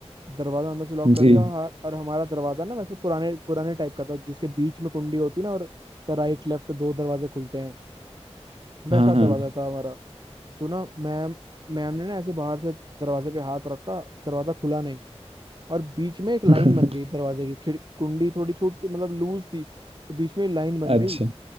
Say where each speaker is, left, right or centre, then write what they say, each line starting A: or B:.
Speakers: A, on the right; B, on the right.
A: दरवाजा अंदर से लॉक कर
B: जी
A: लिया और, हा- और हमारा दरवाजा ना वैसे पुराने पुराने टाइप का था जिसके बीच में कुंडी होती है ना और राइट लेफ्ट दो दरवाजे खुलते हैं वैसा
B: हाँ
A: दरवाजा
B: हाँ
A: था हमारा तो ना मैम मैम ने ना ऐसे बाहर से दरवाजे पे हाथ रखा दरवाजा खुला नहीं और बीच में एक लाइन
B: <laughs>
A: बन गई दरवाजे की खिड़ कुंडी थोड़ी छोटी मतलब लूज थी तो बीच में लाइन बन
B: अच्छा
A: गई